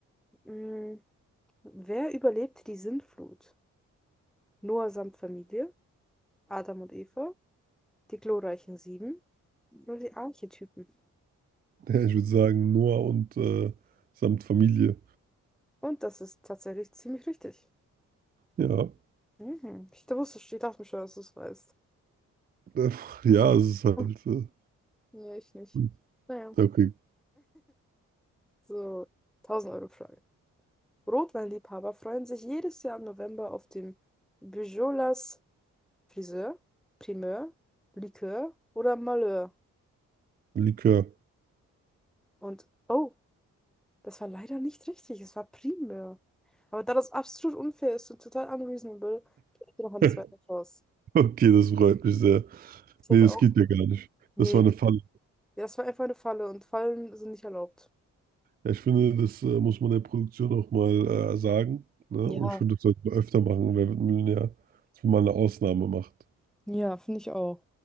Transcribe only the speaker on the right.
<laughs> Ja, ich würde sagen, Noah und äh, samt Familie.
Ja,
äh, ja, es ist halt.
Äh,
hm,
okay,
Likör.
<laughs>
Okay, das freut mich sehr.
Nee,
das
geht ja gar nicht.
Das war eine Falle.
Ja, ich finde, das äh, muss man der Produktion auch mal äh, sagen. Ne?
Und ich finde, das sollte man öfter machen. Wer wird Millionär? Dass man mal eine Ausnahme macht.